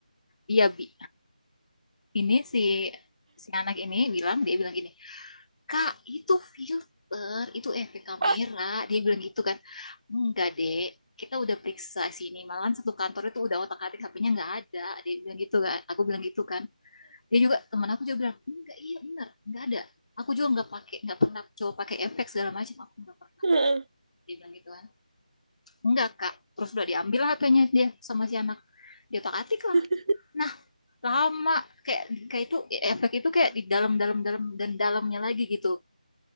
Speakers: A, on the left; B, on the right.
A: Iya, Bi. Ini si si anak ini bilang, dia bilang gini, Kak, itu filter, itu efek kamera.
B: ah,
A: Dia bilang gitu kan. Enggak, Dek. Kita udah periksa sini. Malahan satu kantor itu udah otak-atik HP-nya nggak ada. Dia bilang gitu kan. Aku bilang gitu kan. Dia juga, teman aku juga bilang, enggak, iya benar. nggak ada. Aku juga nggak pakai, nggak pernah coba pakai efek segala macam. Aku nggak pernah.
B: Heeh.
A: Dia bilang gitu kan. Enggak, Kak. Terus udah diambil HP-nya dia sama si anak. Dia otak-atik lah.
B: <laughs>
A: Nah, lama kayak kayak itu e, efek itu kayak di dalam dalam dalam dan dalamnya lagi gitu